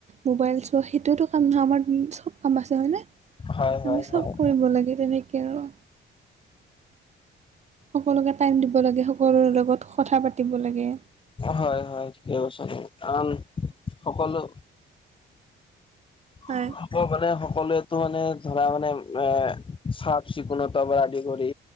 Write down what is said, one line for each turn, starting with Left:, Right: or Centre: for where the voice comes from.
Right: মোবাইল চোৱা সেইটোতো কাৰণ নহয় আমাৰ। চব কাম আছে হয়নে
Left: হয় হয়
Right: আমি চব
Left: হয়
Right: কৰিব লাগে তেনেকৈ আৰু। সকলোকে টাইম দিব লাগে। সকলোৰ লগত কথা পাতিব লাগে।
Left: হয়-হয় ঠিকে কৈছা আন সকলো
Right: হয়
Left: <inaudible> মানে সকলোৱেতো মানে ধৰা মানে এ চাফ চিকুণতাৰ পৰা আদি কৰি